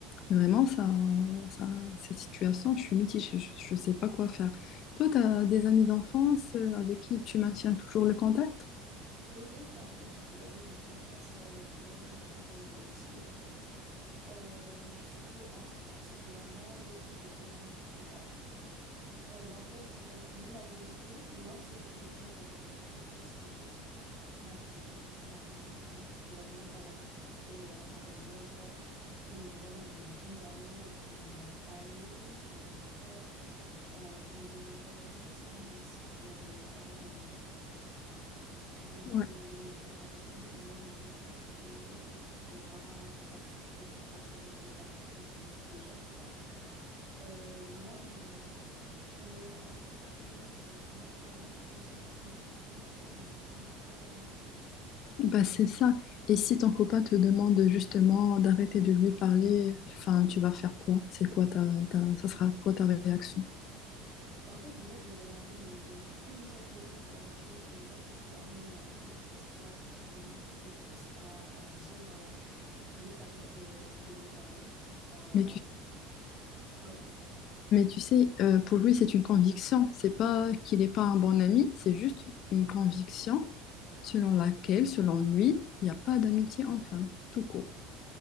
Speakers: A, on the left (about 40°); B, on the right (about 25°).
A: Vraiment, ça, ça, cette situation, je suis mitigée, je ne sais pas quoi faire. Toi, tu as des amis d'enfance euh, avec qui tu maintiens toujours le contact?
B: Oui, oui, bah en fait, j'ai des amis d'enfance euh, vraiment depuis qu'on est tout petit et tout. Euh, surtout un particulièrement, l'autre, je l'ai connu un peu plus tard. Euh, bah en fait, euh, lui, la vérité, l'un, celui que j'ai connu, c'est-à-dire depuis toute petite et tout, il n'y a vraiment aucune intention derrière. Enfin, il n'a vraiment pas d'arrière-pensée euh, envers moi ou quoi. On est vraiment de bons amis. Il connaît ma famille, il connaît mon frère. Euh, on a déjà voyagé ensemble, même si, bon, il y avait mes parents, mais bon. Donc,
A: Ouais.
B: euh, il y avait mon père avec nous, mais même euh, le fait que mes parents ont accepté qu'ils partent avec nous en vacances et tout, donc c'est déjà ça. Euh, vraiment, on, on a une relation hyper fusionnée, c'est-à-dire vraiment purement, je dirais même pas amicale, mais purement fraternelle.
A: Bah, c'est ça. Et si ton copain te demande justement d'arrêter de lui parler, enfin, tu vas faire quoi? C'est quoi ta, ta- ça sera quoi ta réaction?
B: Bah, en fait, déjà, je lui demanderais de me donner une seule raison pour laquelle il voit que c'est pas un bon ami, c'est-à-dire qu'est-ce qu'il a fait qui, qui le pousse à, à se dire euh, je veux que t'arrêtes euh, de lui parler. Enfin,
A: Mais tu.
B: pardon?
A: Mais tu sais, euh, pour lui, c'est une conviction. C'est pas qu'il n'est pas un bon ami, c'est juste une conviction selon laquelle, selon lui, il n'y a pas d'amitié en femme, tout court.